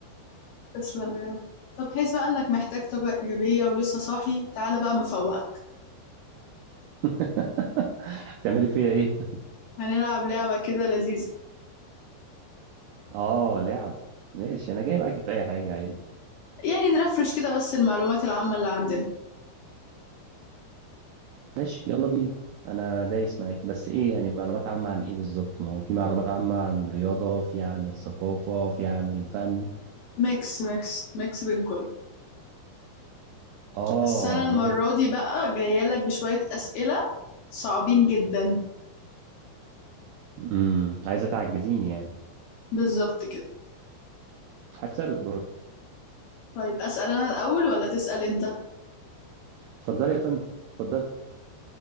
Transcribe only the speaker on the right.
<laughs> تعملي فيا ايه
اه لعب ماشي انا جاي معاكي في اي حاجه عادي
ماشي يلا بينا انا دايس معاكي بس ايه يعني معلومات عامه عن ايه بالظبط ما هو في معلومات عامه عن الرياضه في عن الثقافه في عن الفن
اه
ميكس
امم عايزه تعجزيني يعني
هكسبك برضه
اتفضلي يا فندم اتفضلي